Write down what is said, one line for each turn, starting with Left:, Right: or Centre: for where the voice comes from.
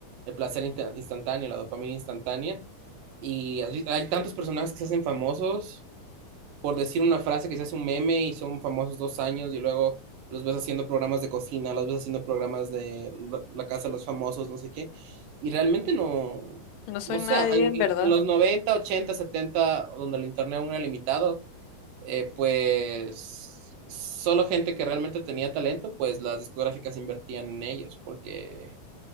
Right: el placer insta- instantáneo, la dopamina instantánea. Y has vi- hay tantos personajes que se hacen famosos por decir una frase que se hace un meme y son famosos dos años y luego los ves haciendo programas de cocina, los ves haciendo programas de la la casa de los famosos, no sé qué. Y realmente no,
Left: No soy
Right: no sé,
Left: nadie,
Right: en,
Left: en
Right: en-
Left: verdad.
Right: en los 90 80 70 donde el internet aún era limitado eh, pues solo gente que realmente tenía talento, pues las discográficas invertían en ellos, porque